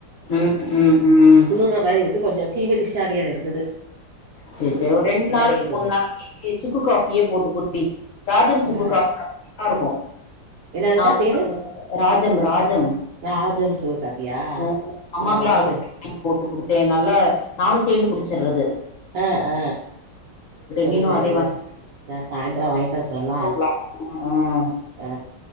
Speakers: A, on the left; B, on the right.
A: ம் ம் ம்
B: குளிர்ற மாறி இருக்கு கொஞ்சம் ஃபீவரிஷ்ஷா வேற இருக்குது
A: சச்சோ
B: யோசிக்கிறே
A: ஒரு ரெண்டு
B: நிலைமை
A: நாளைக்கு
B: என்பது
A: மூணு நாளைக்கு சுக்கு காஃப் பியே போட்டு குடி ராஜம்
B: ஆ
A: சுக்கு காபி நல்லா இருக்கு
B: என்னதுக்கா
A: ஆஹ்
B: பேரு
A: ராஜம் ராஜம்
B: ராஜம் சுககாப்பியா
A: ஹ அம்மாக்கல்லா
B: இது வரட்டு
A: அதுதா போட்டு குடுத்தே நல்லா நானு சேந்து குடிச்சிற்றது
B: அ அ சொல்றே
A: நீனு அதே
B: அ
A: வாங்கி
B: நா சாய்ந்துரோ‌ வாய்ட்டு வர சொல்லலா
A: போட்லா ம்
B: அ